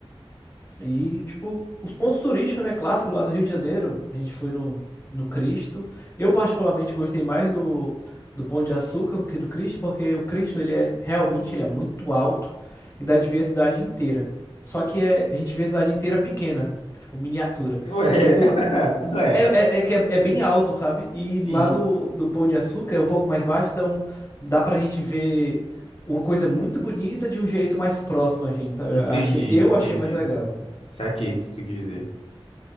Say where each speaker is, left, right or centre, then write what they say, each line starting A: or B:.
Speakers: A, on the left; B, on the left.
A: E, tipo, os pontos turísticos, né? Clássico lá do Rio de Janeiro. A gente foi no, no Cristo. Eu, particularmente, gostei mais do, do Pão de Açúcar que do Cristo, porque o Cristo, ele é realmente ele é muito alto e dá de ver a cidade inteira. Só que é, a gente vê a cidade inteira pequena, tipo, miniatura.
B: Ué, <laughs>
A: E do,
B: ué,
A: É, é, é que é, é bem alto, sabe? E
B: sim.
A: lá do, do Pão de Açúcar é um pouco mais baixo, então dá pra gente ver uma coisa muito bonita de um jeito mais próximo a gente, sabe?
B: Entendi,
A: Eu achei, eu
B: entendi.
A: achei mais legal.
B: Saquei o que você quis dizer.